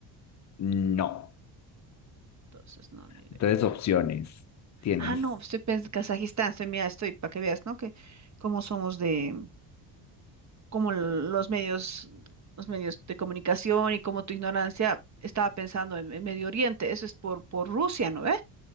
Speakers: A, on the left (about 35°); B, on the right (about 35°).
A: no.
B: entonces no, ni idea.
A: Entonces, opciones. Tienes.
B: Ah, no, estoy pensando Kazajistán, estoy, mira, estoy, para que veas, ¿no? Que cómo somos de, cómo l- los medios, los medios de comunicación y cómo tu ignorancia estaba pensando en, en Medio Oriente, eso es por, por Rusia, ¿no ve?